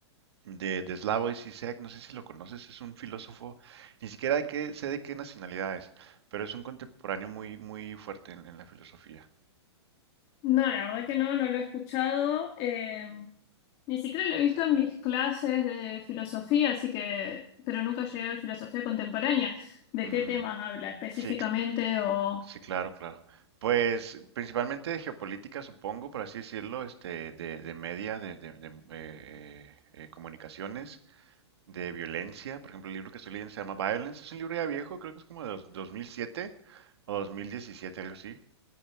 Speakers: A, on the right; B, on the left.
A: de, de Slavoj Zizek, no sé si lo conoces, es un filósofo, ni siquiera de qué, sé de qué nacionalidad es, pero es un contemporáneo muy, muy fuerte en en la filosofía.
B: No, la verdad que no, no lo he escuchado. eh, ni siquiera lo he visto en mis clases de filosofía, así que, pero nunca llegué a ver filosofía contemporánea. ¿De
A: Mm,
B: qué temas habla específicamente?
A: sí, cl-
B: O...
A: sí, claro, claro. Pues principalmente de geopolítica, supongo, por así decirlo, este, de, de media, de, de- de, eh, eh, comunicaciones, de violencia. Por ejemplo, el libro que estoy leyendo se llama Violence. Es un libro ya viejo, creo que es como de dos- 2007 o 2017, algo así.